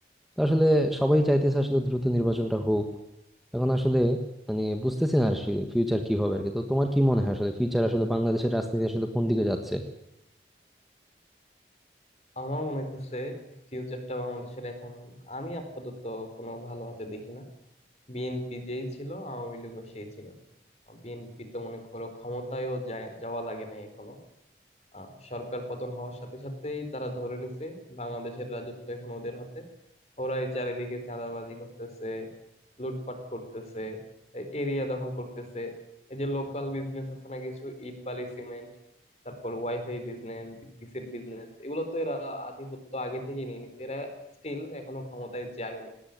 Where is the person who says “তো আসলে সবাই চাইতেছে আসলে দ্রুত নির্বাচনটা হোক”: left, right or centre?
Centre